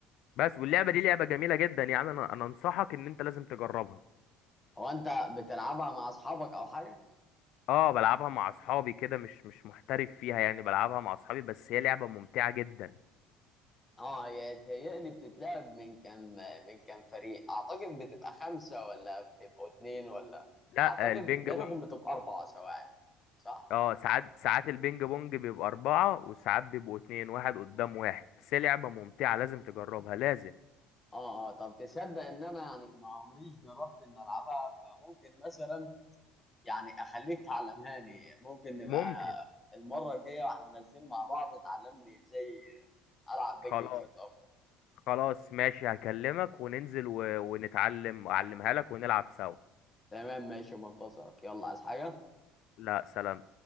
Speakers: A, on the left; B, on the left.
A: بس واللعبه دي لعبه جميله جدا يعني انا انا انصحك ان انت لازم تجربها
B: هو انت بتلعبها مع اصحابك او حاجه
A: اه بلعبها مع اصحابي كده مش مش محترف فيها يعني بلعبها مع اصحابي بس هي لعبه ممتعه جدا
B: اه هي تهيألي بتتلعب من كام من كام فريق اعتقد بتبقى خمسه ولا بتبقوا اتنين ولا
A: لا
B: اعتقد
A: آه، البينج
B: بينهم
A: بونج
B: بتبقى اربعه سواعي صح
A: اه ساعات ساعات البينج بونج بيبقى اربعه وساعات بيبقوا اتنين واحد قدام واحد بس هي لعبه ممتعه لازم تجربها لازم
B: اه اه طب تصدق ان انا يعني ما عمريش جربت ان العبها فممكن مثلا يعني اخليك تعلمهاني ممكن نبقى
A: ممكن
B: المره الجايه واحنا نازلين مع بعض تعلمني ازاي العب بنج
A: خلاص
B: بشكل افضل
A: خلاص ماشي هكلمك وننزل و... ونتعلم اعلمها لك ونلعب سوا
B: تمام ماشي منتظرك يلا عايز حاجه
A: لا سلام